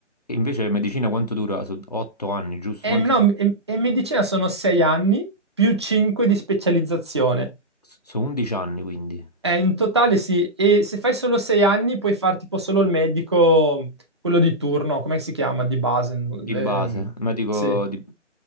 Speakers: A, on the left (about 35°); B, on the right (about 20°).
A: E Invece medicina quanto dura? Sono 8 anni, giusto?
B: E,
A: Quanti
B: no,
A: sono?
B: e, e medicina sono sei anni più cinque di specializzazione.
A: Sono 11 anni, quindi.
B: Eh, in totale sì, e se fai solo sei anni puoi fare tipo solo il medico, quello di turno, come si chiama? Di base. ehm,
A: Di base, ma dico,
B: sì,
A: di-